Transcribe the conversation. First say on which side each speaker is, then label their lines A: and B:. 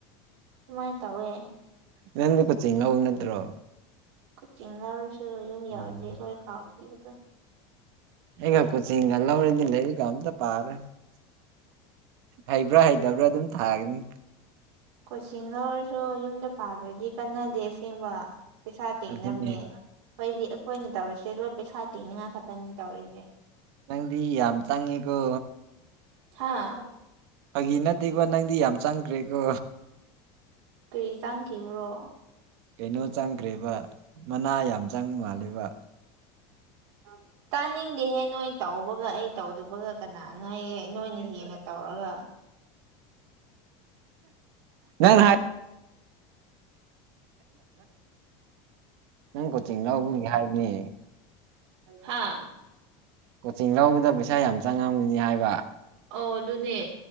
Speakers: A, on the right; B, on the right.
A: ꯑꯗꯨꯃꯥꯏꯅ ꯇꯧꯋꯦ
B: ꯅꯪꯗꯤ ꯀꯣꯆꯤꯡ ꯂꯧꯕ ꯅꯠꯇ꯭ꯔꯣ
A: ꯆꯤꯡꯅꯔꯁꯨ ꯌꯨꯝ ꯌꯧꯟꯗꯦ
B: ꯎꯝ
A: ꯂꯣꯏ ꯀꯥꯎꯈꯤꯕꯗꯣ
B: ꯑꯩꯒ ꯀꯣꯆꯤꯡꯒ ꯂꯧꯔꯗꯤ ꯂꯩꯔꯤꯒ ꯑꯝꯇ ꯄꯥꯔꯦ ꯍꯩꯕ꯭ꯔꯥ ꯍꯩꯇꯕ꯭ꯔꯥ ꯑꯗꯨꯝ ꯊꯥꯒꯅꯤ
A: ꯀꯣꯆꯤꯡꯅ ꯑꯣꯏꯔꯁꯨ ꯌꯨꯝꯗ ꯄꯥꯗ꯭ꯔꯗꯤ ꯀꯟꯅꯗꯦ ꯑꯁꯦꯡꯕ ꯄꯩꯁꯥ ꯇꯤꯡꯅꯕꯅꯦ
B: ꯑꯗꯨꯅꯦ
A: ꯍꯣꯏꯗꯤ ꯑꯩꯈꯣꯏꯅ ꯇꯧꯔꯤꯁꯦ ꯂꯣꯏ ꯄꯩꯁꯥ ꯇꯤꯡꯅꯤꯡꯉꯥꯏ ꯈꯛꯇꯅꯤ ꯇꯧꯔꯤꯁꯦ
B: ꯆꯪꯗꯤ ꯌꯥꯝ ꯆꯥꯡꯉꯀ
A: ꯍꯥꯥ
B: ꯐꯥꯒꯤ ꯅꯠꯇꯦꯀꯣ ꯅꯪꯗꯤ ꯌꯥꯝ ꯆꯪꯈ꯭ꯔꯦꯀꯣ
A: ꯀꯔꯤ ꯆꯪꯈꯤꯕ꯭ꯔꯣ
B: ꯀꯩꯅꯣ ꯆꯪꯈ꯭ꯔꯦꯕ ꯃꯅꯥ ꯌꯥꯝ ꯆꯪ ꯃꯥꯜꯂꯦꯕ
A: ꯑꯗꯨ ꯇꯥꯅꯤꯡꯗꯦꯍꯦ ꯅꯣꯏ ꯇꯧꯕꯒ ꯑꯩ ꯇꯧꯗꯕꯒ ꯀꯅꯥꯅꯣꯏ ꯅꯣꯏꯅ ꯍꯦꯟꯅ ꯇꯧꯔꯒ ꯎꯝ
B: ꯅꯪ ꯍꯥꯏ ꯅꯪ ꯀꯣꯆꯤꯡ ꯂꯧꯕꯒꯤ ꯍꯥꯏꯕꯅꯤ
A: ꯍꯥꯥ
B: ꯀꯣꯆꯤꯡ ꯂꯧꯕꯗ ꯄꯩꯁꯥ ꯌꯥꯝ ꯆꯪꯉꯝꯅꯤ ꯍꯥꯏꯕ
A: ꯑꯣ ꯑꯗꯨꯅꯦ